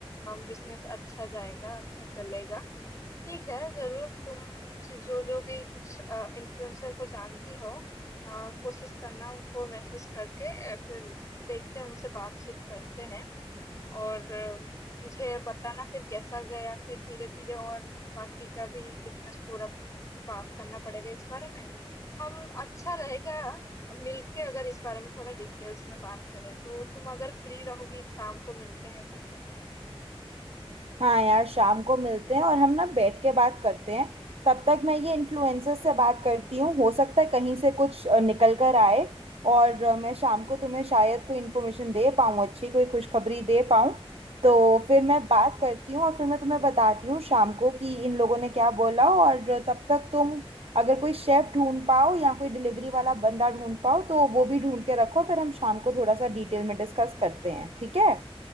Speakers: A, on the left (about 30°); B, on the right (about 75°).
A: बिजनेस अच्छा जाएगा अच्छा चलेगा ठीक है जरूर तुम जि- जो जो भी कुछ इन्फ्लुएंसर को जानती हो अ, कोशिश करना उनको मैसेज करके अ, फिर देखते हैं उनसे बातचीत करते हैं और अ, मुझे बताना फिर कैसा गया फिर धीरे धीरे और बाकी का भी बिजनेस पूरा बात करना पड़ेगा इस बारे में हम अच्छा रहेगा मिलके अगर इस बारे में थोड़ा डिटेल्स में बात करें तो तुम अगर फ्री रहोगी शाम को मिलते हैं फिर
B: हाँ यार शाम को मिलते हैं और हम ना बैठ के बात करते हैं तब तक मैं ये इन्फ्लुएंसर से बात करती हूँ हो सकता है कहीं से कुछ अ, निकल कर आए और अ, मैं शाम को तुम्हें शायद कोई इन्फॉर्मेशन दे पाऊँ अच्छी कोई खुशखबरी दे पाऊँ
A: <laughs>
B: तो फिर मैं बात करती हूँ और फिर मैं तुम्हें बताती हूँ शाम को कि इन लोगों ने क्या बोला और तब तक तुम अगर कोई शेफ ढूंढ पाओ या कोई डिलीवरी वाला बंदा ढूंढ पाओ तो वो भी ढूंढ के रखो फिर हम शाम को थोड़ा सा डिटेल में डिस्कस करते हैं ठीक है